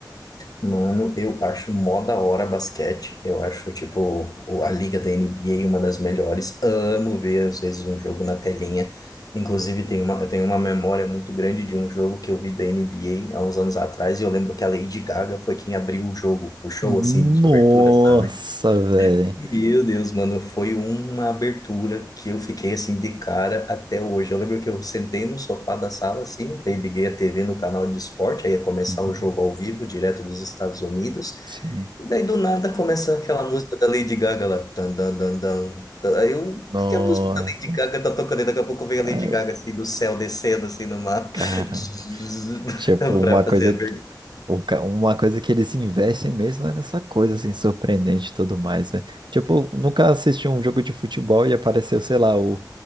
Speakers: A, on the left (about 55°); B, on the right (about 85°).
A: Mano, eu acho mó da hora basquete. Eu acho, tipo, o- a liga da NBA uma das melhores. Amo ver, às vezes, um jogo na telinha. Inclusive, tem uma, eu tenho uma memória muito grande de um jogo que eu vi da NBA há uns anos atrás. E eu lembro que a Lady Gaga foi quem abriu o jogo, o show,
B: Nossa,
A: assim, de abertura, sabe?
B: velho.
A: Meu Deus, mano, foi uma abertura que eu fiquei assim de cara até hoje. Eu lembro que eu sentei no sofá da sala assim, aí liguei a TV no canal de esporte, aí ia começar
B: Uhum.
A: o jogo ao vivo, direto dos Estados Unidos.
B: Sim.
A: E daí do nada começa aquela música da Lady Gaga lá. Tan, dan, dan, dan. Tan. Aí eu, o
B: Nossa.
A: que que é a música da Lady Gaga tá tocando? E daqui a pouco vem a Lady
B: Ah,
A: Gaga assim do céu descendo assim no mar
B: Caramba.
A: <laughs>
B: Tipo, uma
A: pra fazer
B: coisa.
A: a abertura.
B: O ca- Uma coisa que eles investem mesmo é nessa coisa, assim, surpreendente e tudo mais, né? Tipo, nunca assisti um jogo de futebol e apareceu, sei lá, o,